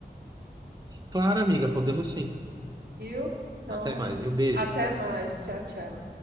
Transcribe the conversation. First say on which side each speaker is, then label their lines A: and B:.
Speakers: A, on the right (about 25°); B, on the right (about 80°).
A: Claro, amiga, podemos sim.
B: viu? Então,
A: Até mais, viu? Beijo.
B: até mais. Tchau, tchau.